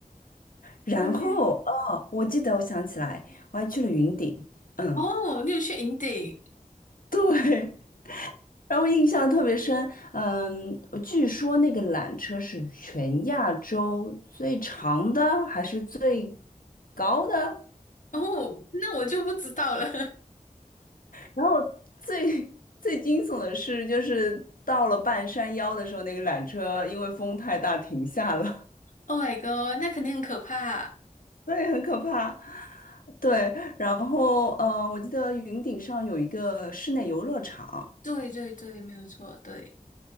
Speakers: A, on the left (about 75°); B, on the left (about 65°).
A: 然后，
B: 对，
A: 哦，我记得，我想起来，我还去了云顶，嗯，
B: 哦，你有去营地
A: <laughs> 对，然后印象特别深，嗯，我据说那个缆车是全亚洲最长的，还是最高的？
B: 哦，那我就不知道了。<laughs>
A: 然后最 <laughs> 最惊悚的是，就是到了半山腰的时候，那个缆车因为风太大停下了。
B: Oh my god，那肯定很可怕。
A: 对，很可怕。对，然后呃，我记得云顶上有一个室内游乐场，
B: 对对对，没有错，对。